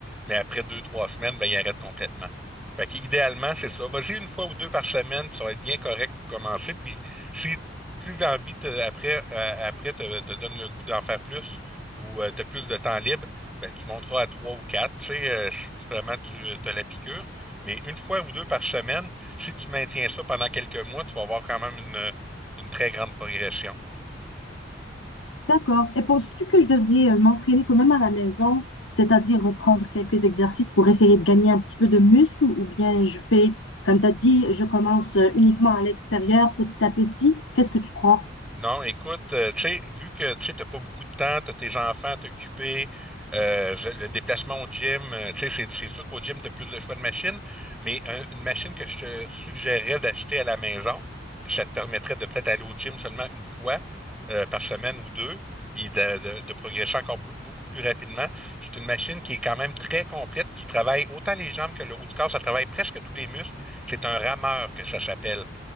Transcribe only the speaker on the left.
D'accord. Et penses-tu que je devrais euh, m'entraîner quand même à la maison, c'est-à-dire reprendre quelques exercices pour essayer de gagner un petit peu de muscle, ou bien je fais, comme tu as dit, je commence euh, uniquement à l'extérieur, petit à petit? Qu'est-ce que tu crois?